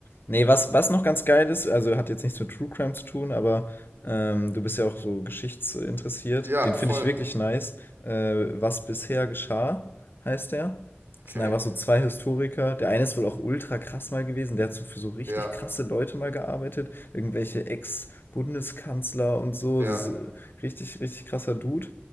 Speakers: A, on the left; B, on the right.
A: Nee, was, was noch ganz geil ist, also hat jetzt nichts mit True Crime zu tun, aber ähm, du bist ja auch so geschichtsinteressiert.
B: ja,
A: Den finde
B: voll.
A: ich wirklich nice. Äh, Was bisher geschah, heißt der.
B: Okay.
A: Das sind einfach so zwei Historiker. Der eine ist wohl auch ultra krass mal gewesen. Der hat so für so richtig
B: Ja,
A: krasse Leute mal gearbeitet. Irgendwelche Ex-Bundeskanzler und so.
B: ja,
A: Das ist äh, richtig, richtig krasser Dude.